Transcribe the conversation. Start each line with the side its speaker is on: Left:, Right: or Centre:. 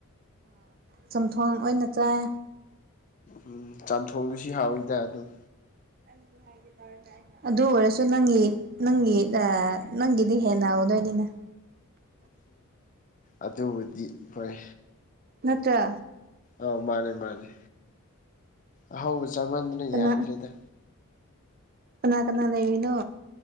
Right: ꯆꯝꯊꯣꯡ ꯑꯣꯏꯅ ꯆꯥꯏ
Left: ꯎꯝ ꯆꯥꯝꯊꯣꯡꯗꯨꯁꯤ ꯍꯥꯎꯋꯤꯗ ꯑꯗꯨꯝ
Right: ꯑꯗꯨꯜ ꯍꯥꯏ ꯇꯔ ꯑꯗꯨ ꯑꯣꯏꯔꯁꯨ ꯅꯪꯒꯤ ꯅꯪꯒꯤ ꯑꯥ ꯅꯪꯒꯤꯗꯤ ꯍꯦꯟꯅ ꯍꯧꯗꯣꯏꯅꯤꯅ
Left: ꯑꯗꯨꯕꯨꯗꯤ ꯍꯣꯏ
Right: ꯅꯠꯇ꯭ꯔ
Left: ꯑꯧ ꯃꯥꯟꯅꯦ ꯃꯥꯟꯅꯦ ꯑꯍꯧꯕ ꯆꯥꯃꯟꯗꯅ
Right: ꯀꯅꯥ
Left: ꯌꯥꯗ꯭ꯔꯦꯗ
Right: ꯀꯅꯥ ꯀꯅꯥꯂꯩꯅꯣ